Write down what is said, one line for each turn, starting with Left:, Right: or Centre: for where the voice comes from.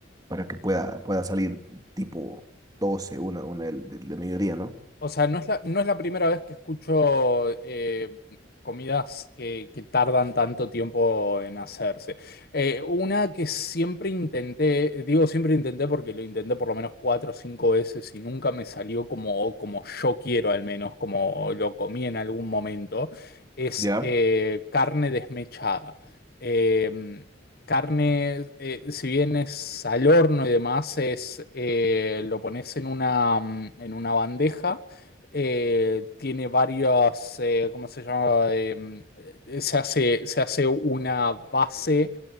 Right: para que pueda, pueda salir tipo 12 una, una del, del del mediodía, ¿no?
Left: O sea, no es la, no es la primera vez que escucho eh, comidas que, que tardan tanto tiempo en hacerse. Eh, una que siempre intenté, digo siempre intenté porque lo intenté por lo menos cuatro o cinco veces y nunca me salió como, como yo quiero, al menos como lo comí en algún momento, es
Right: Ya.
Left: eh, carne desmechada. Eh, Carne, eh, si bien es al horno y demás, es, eh, lo pones en una, mm, en una bandeja eh, tiene varios, eh, ¿cómo se llama? Em, eh, se hace, se hace una base